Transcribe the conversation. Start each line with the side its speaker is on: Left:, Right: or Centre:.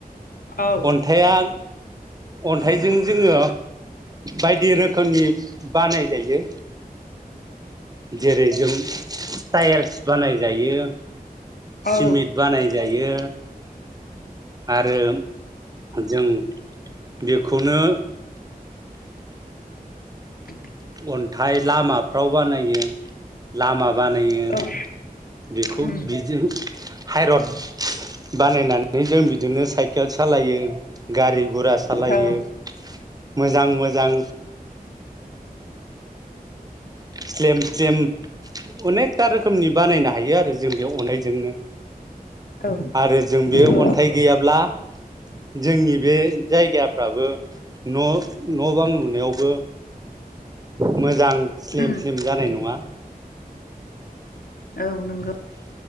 Left: औ
Right: अन्थाइया अन्थाइजों जोङो बायदि रोख खोमनि बानाय जायो जेरै जों टाएल्स बानाय जायो सिमेत
Left: औ
Right: बानाय जायो आरो जों बेखौनो
Left: <inaudible>
Right: अन्थाइ लामाफ्राव बानायो लामा बानायो
Left: औ
Right: बेखौ
Left: उम
Right: बिदि हाइरड बानायनानै जों बिदिनो साइकेल सालायो गारि गुरा सालायो
Left: औ
Right: मोजां मोजां स्लिम स्लिम अनेकथा रोखोमनि बानायनो हायो आरो जों बे अन्नायजोंनो
Left: औ
Right: आरो जों बे
Left: नंगौ
Right: अन्थाइ गैयाब्ला जोंनि बे जायगाफ्राबो न' न' बां लुनायावबो मोजां स्लिम
Left: उम
Right: स्लिम जानाय नङा <inaudible>
Left: औ नंगो